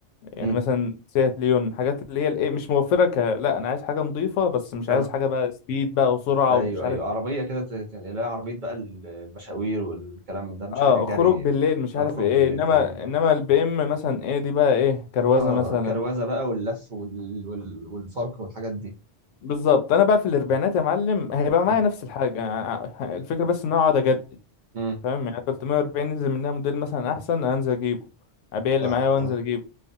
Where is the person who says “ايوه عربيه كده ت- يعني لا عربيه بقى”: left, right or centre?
Right